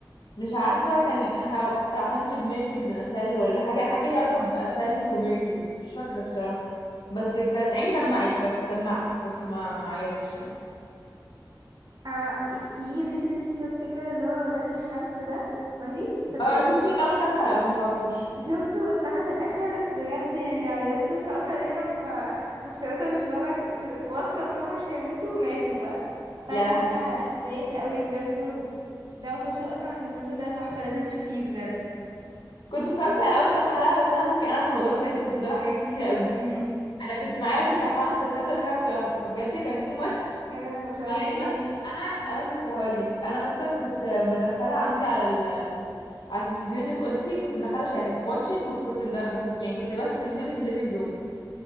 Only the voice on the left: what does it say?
مش عارفة كان ح- بتاع 100 ميركلز ان اسل ولا حاجة حاجة ليها علاقة بأسل وميركلز مش فاكرة بصراحة بس كانت عيني دمعت بس دمعت بس ما ما عيطتش يعني
اه شفت الاول كام حلقه بس ما خلصتوش
يا
لهوي
كنت اتفرجت على اول كام حلقه بس انا فك انا في رمضان بجد كنت بتابع حاجات كتيره قوي
انا كنت معايا مثلا بتاع خمس مسلسلات ولا حاجه بتابعهم فبجد كان تو ماتش
يعني
مثلا انا انا كنت هقول لك انا اصلا كنت مدخله عندي على ال... على التلفزيون اللي في اوضتي كنت مدخله شاهد واتشت ما كنت مد... ما كنت يعني كنت سايباها في التلفزيون اللي في الليفنج روم